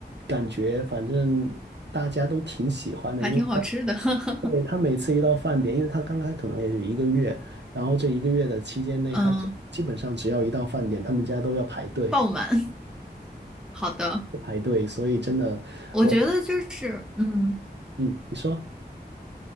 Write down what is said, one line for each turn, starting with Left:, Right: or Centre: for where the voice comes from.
Right: 感觉反正大家都挺喜欢的，
Centre: 还挺好吃的。
Right: 因为他
Centre: <laughs>
Right: 对他每次一到饭点，因为他刚开可能也就一个月，然后这一个月的期间内，
Centre: 嗯，
Right: 他只基本上只要一到饭点，他们家都要排队
Centre: 爆满。好的，
Right: 排队，所以真的我
Centre: 我觉得就是，嗯，
Right: 嗯，你说